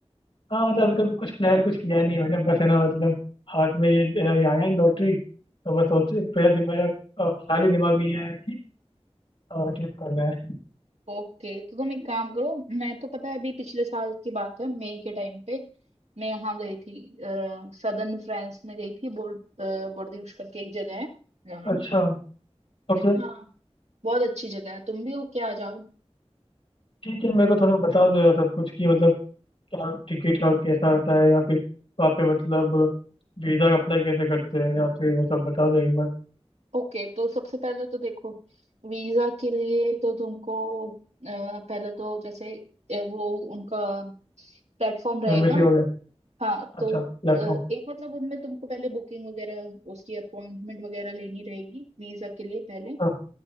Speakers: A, on the left; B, on the right.
A: हाँ मतलब अभी तो कुछ प्लान कुछ किया नहीं है मैंने बस है ना मतलब हाथ में ये है ना ये आया है लॉटरी तो बस सोच मेरा दिमाग अ, ख्याल ही दिमाग में ये है कि ट्रिप करना है
B: ओके तो तुम एक काम करो मैं तो पता है अभी पिछले साल की बात है मई के टाइम पे मैं यहाँ गई थी सदर्न फ्रांस में गई थी बोर्ड बोर्डियुश करके एक जगह है वहाँ
A: अच्छा ओके
B: हाँ बहुत अच्छी जगह है तुम भी हो क्या आ जाओ
A: ठीक है मेरे को थोड़ा बता दो यार सब कुछ कि मतलब क्या टिकट का कैसा होता है या फिर वहाँ पे मतलब वीज़ा अप्लाई कैसे करते हैं या फिर वो सब बता दो एक बार
B: ओके तो सबसे पहले तो देखो वीजा के लिए तो तुमको अ, पहले तो जैसे अ, वो उनका प्लेटफॉर्म रहेगा
A: एम्बेसी वगैरह
B: हाँ तो
A: अच्छा प्लेटफॉर्म
B: अ, एक मतलब उनमें तुमको पहले बुकिंग वगैरह उसकी अपॉइंटमेंट वगैरह लेनी रहेगी वीजा के लिए पहले
A: अच्छा